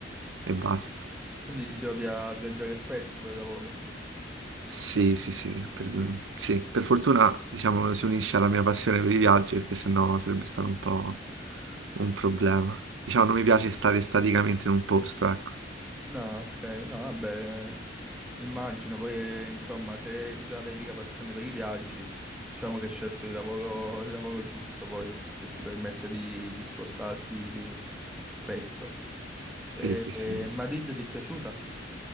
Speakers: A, on the right (about 90°); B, in the centre.
A: e basta.
B: quindi ti trovi a viaggiare spesso per lavoro.
A: Sì, sì, sì, per, sì, per fortuna diciamo si unisce alla mia passione per i viaggi perché sennò sarebbe stato un po' un problema. Diciamo non mi piace stare staticamente in un posto, ecco.
B: No, ok, no, vabbè, immagino, poi eh, insomma se già avevi la passione per i viaggi, diciamo che hai scelto il lavoro, il lavoro giusto poi, se ti permette di, di spostarti spesso.
A: Sì,
B: E,
A: sì,
B: e
A: sì.
B: Madrid ti è piaciuta?